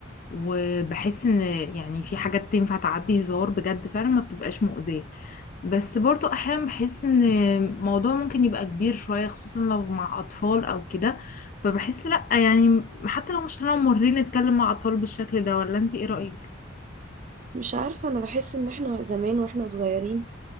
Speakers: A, on the left; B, on the right.
A: وبحس إن يعني في حاجات تنفع تعدي هزار بجد فعلا ما بتبقاش مؤذية بس برضو أحيانا بحس إن الموضوع ممكن يبقى كبير شوية خصوصا لو مع أطفال أو كده فبحس لأ يعني حتى لو مش طالعة مورين نتكلم مع أطفال بالشكل ده ولا أنت إيه رأيك؟
B: مش عارفة أنا بحس إن احنا زمان واحنا صغيرين